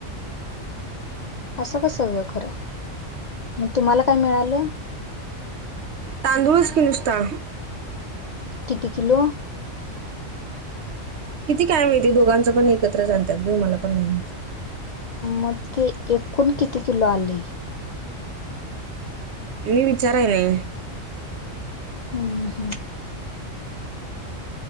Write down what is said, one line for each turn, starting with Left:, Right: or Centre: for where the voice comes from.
Left: अस कस ग खर मग तुम्हाला काय मिळाल?
Right: तांदूळच की नुसता.
Left: किती किलो?
Right: किती काय माहिती दोघांच पण एकत्र आणतात ग मला पण नाही माहिती.
Left: मग ते एकूण किती किलो आले?
Right: मी विचारायले.
Left: हम्म हम्म